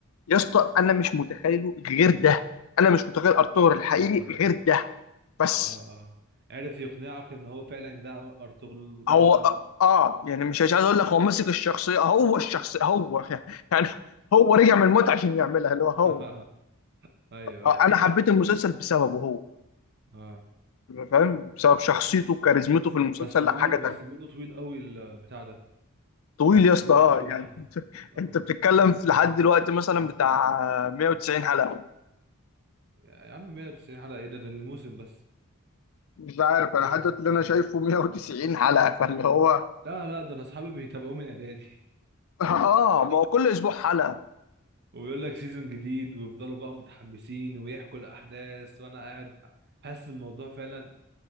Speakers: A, on the left (about 70°); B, on the right (about 50°).
A: يا اسطى انا مش متخيله غير ده انا مش متخيل ارطغرل الحقيقي
B: ايوه
A: غير
B: ايوه
A: ده بس
B: اه اه عرف يقنعك ان هو فعلا ده ارطغرل وده
A: هو
B: ال...
A: اه آه، يعني مش مش عايز اقول لك هو ماسك الشخصيه هو الشخصيه هو <laughs> يعني هو رجع من الموت عشان يعملها اللي هو هو
B: <laughs> ايوه
A: آه،
B: ايوه
A: انا
B: فاهم
A: حبيت المسلسل بسببه هو
B: اه
A: فاهم بسبب شخصيته وكاريزمته في المسلسل
B: بس بيقولوا
A: لا حاجه تانيه
B: بس بيقولوا طويل قوي البتاع ده
A: طويل يا اسطى
B: طويل
A: اه
B: قوي
A: يعني
B: يعني
A: انت
B: طويل قوي
A: انت بتتكلم في لحد دلوقتي مثلا بتاع 190 حلقة
B: يا عم 190 حلقة ايه ده ده الموسم بس
A: مش عارف انا لحد دلوقتي اللي انا شايفه 190 حلقه فاللي هو <laughs>
B: لا لا ده انا اصحابي بيتابعوه من اعدادي
A: اه ما هو كل اسبوع حلقة
B: <laughs> وبيقول لك سيزون جديد ويفضلوا بقى متحمسين ويحكوا الاحداث وانا قاعد حاسس الموضوع فعلا